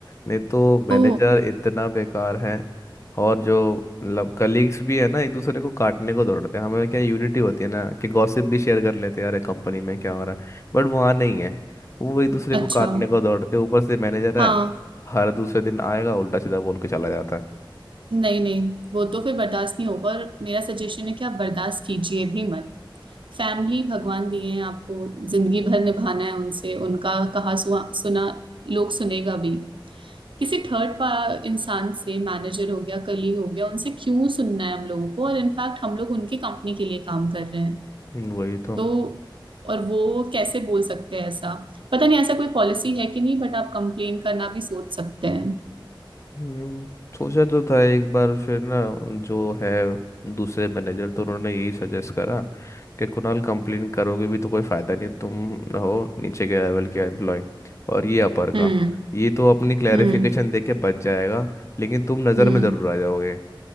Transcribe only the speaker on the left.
नहीं तो मैनेजर
इतना बेकार है और जो मतलब कलीग्स भी है ना एक दूसरे को काटने को दौड़ते हैं हमें क्या यूनिटी होती है ना कि गॉसिप भी शेयर कर लेते हैं यार कंपनी में क्या हो रहा है बट वहाँ नहीं है वो एक दूसरे को
काटने को दौड़ते हैं ऊपर से मैनेजर है
हर दूसरे दिन आएगा उल्टा सीधा बोल के चला जाता है
हम्म, वही तो
हम्म सोचा तो था एक बार फिर ना जो है दूसरे मैनेजर तो उन्होंने यही सजेस्ट करा कि कुणाल कंप्लेन करोगे भी तो कोई फायदा नहीं तुम हो नीचे के लेवल के एम्प्लॉय और ये अपर
का ये तो अपनी क्लैरिफिकेशन
दे के बच जाएगा लेकिन तुम नज़र
में ज़रूर आ जाओगे